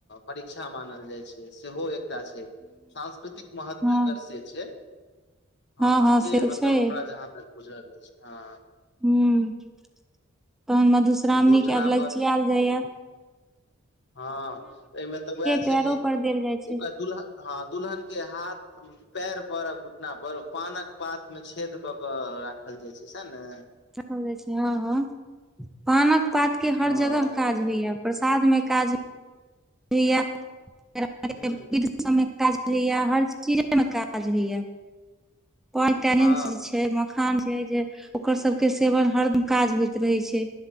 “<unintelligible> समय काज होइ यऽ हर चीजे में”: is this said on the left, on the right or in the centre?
Centre